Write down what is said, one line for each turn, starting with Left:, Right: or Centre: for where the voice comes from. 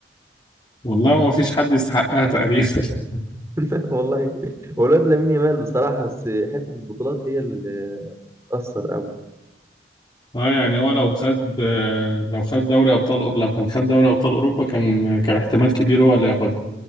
Left: والله ما فيش حد يستحقها تقريبا <laughs>
Right: <laughs> والله هو الواد لامين يامال بصراحه بس حته البطولات هي اللي بتاثر قوي
Left: اه يعني هو لو خد لو خد دوري ابطال لو كان خد دوري ابطال اوروبا كان كان احتمال كبير هو اللي ياخدها